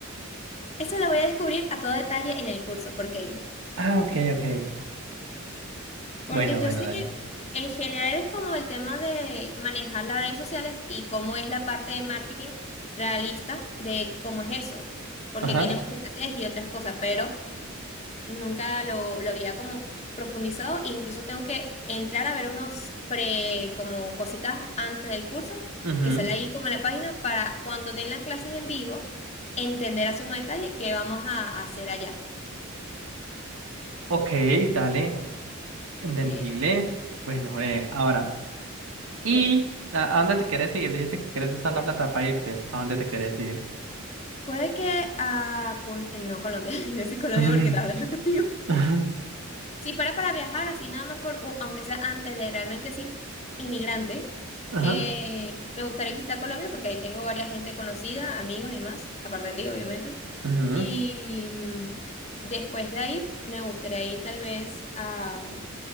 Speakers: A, on the left; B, on the right.
A: eso lo voy a descubrir a todo detalle en el curso, porque...
B: Ah, ok, ok.
A: Porque
B: Bueno, bueno,
A: yo sé
B: dale.
A: que en general es como el tema de manejar las redes sociales y cómo es la parte de marketing realista de cómo es eso, porque
B: Ajá.
A: tiene mucha estrategia y otras cosas, pero nunca lo, lo había como profundizado, incluso tengo que entrar a ver unos pre, como cositas antes del curso,
B: ujú.
A: que sale ahí como en la página, para cuando den las clases en vivo, entender a sumo detalle qué vamos a hacer allá.
B: Ok, dale. Entendible.
A: Sí,
B: Bueno, breve, ahora. ¿Y
A: dime.
B: a a dónde te quieres ir? Dijiste que quieres usar la plata para irte. ¿A dónde te quieres ir?
A: Puede que a... Col- no, Colombia, <laughs> yo soy Colombia
B: <laughs> Ujú.
A: porque estaba hablando contigo.
B: Ajá.
A: Si fuera para viajar así, nada más por, u- aunque sea antes de realmente sí, inmigrante,
B: Ajá.
A: eh, me gustaría visitar Colombia porque ahí tengo varias gente conocida, amigos y demás, aparte de ti, obviamente.
B: ujú,
A: Y mm, después de ahí, me gustaría ir tal vez a,